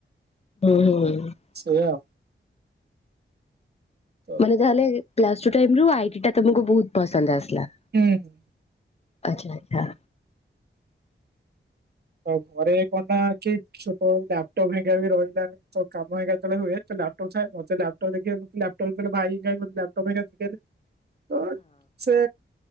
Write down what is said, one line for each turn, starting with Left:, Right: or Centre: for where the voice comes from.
Left: <unintelligible>
Right: ସେଇଆଉ। ତ
Left: ମାନେ
Right: ହୁଁ
Left: ତାହଲେ ଆଇଟି ତମକୁ ବହୁତ ପସନ୍ଦ ଆସିଲା।
Right: ହୁଁଁ।
Left: ଆଚ୍ଛା ଆଛା।
Right: ଆଉ ଘରେ କଣ ନା କି ଛୋଟ ଲାପଟପ୍ ଘରିକା ବି ରହିଲା। ତ କାମ ହେଇକା ହୁଏ ଲପଟପ ଥାଏ ମତେ ଲପଟପ ଦେଖାଇବାକୁ ଦେ ଭାଇ ଲପଟପ
Left: <inaudible>
Right: ତ ସେ